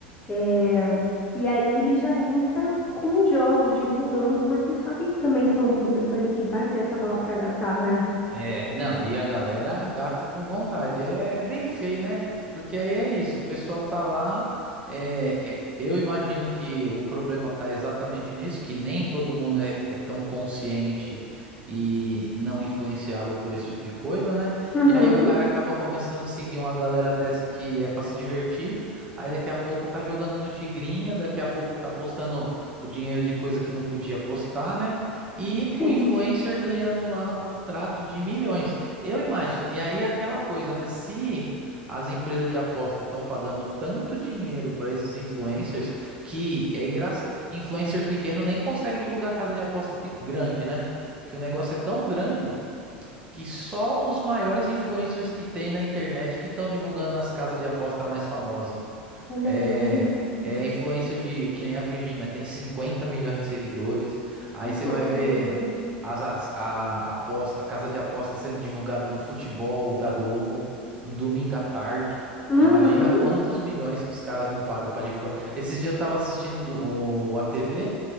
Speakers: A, on the left; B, on the right.
A: É, E ali ele já entra com os jogos, divulgando, porque sabe que também tem um público ali que vai ter essa bala para gastar, né?
B: É, não, e a galera gasta com vontade. É é bem feio, né? Porque aí é isso, o pessoal tá lá. é, é, eu imagino que o problema tá exatamente nisso, que nem todo mundo é, é tão consciente e não influenciável por esse tipo de coisa, né?
A: Uhum,
B: E aí o cara acaba começando a seguir uma galera dessa que é pra se divertir. Aí daqui a pouco tá jogando no Tigrinha, daqui a pouco tá postando o dinheiro de coisa que não podia postar, né? E
A: sim.
B: o influencer ganhando lá contrato de milhões. Eu imagino. E aí é aquela coisa, né? Se as empresas de aposta estão pagando tanto dinheiro para esses influencers que é engraçado. Influencer pequeno nem consegue divulgar casa de aposta pe- grande, né? Porque o negócio é tão grande que só os maiores influencers que tem na internet que estão divulgando as casas de aposta mais famosas.
A: Olha
B: É,
A: isso.
B: é influencer de, que nem a Virgínia, tem 50 milhões de seguidores. Aí
A: Gente,
B: você vai
A: um absurdo.
B: ver as, as- a aposta, casa de aposta sendo divulgada no futebol da Globo, no domingo à tarde.
A: Uhum,
B: Imagina quantos milhões que os caras não pagam pra divulgar. Esses dias eu tava assistindo do- o, a TV,